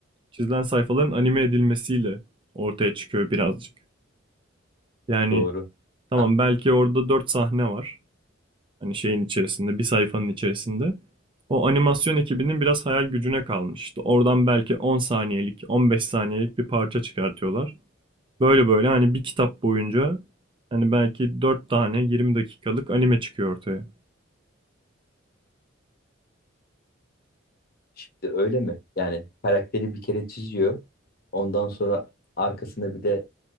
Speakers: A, on the right; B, on the left.
A: çizilen sayfaların anime edilmesiyle ortaya çıkıyor birazcık. Yani
B: doğru.
A: tamam
B: Ha,
A: belki orada 4 sahne var. Hani şeyin içerisinde, bir sayfanın içerisinde. O animasyon ekibinin biraz hayal gücüne kalmış. İşte oradan belki 10 saniyelik, 15 saniyelik bir parça çıkartıyorlar. Böyle böyle hani bir kitap boyunca hani belki 4 tane 20 dakikalık anime çıkıyor ortaya.
B: şimdi öyle mi? Yani karakteri bir kere çiziyor. Ondan sonra arkasına bir de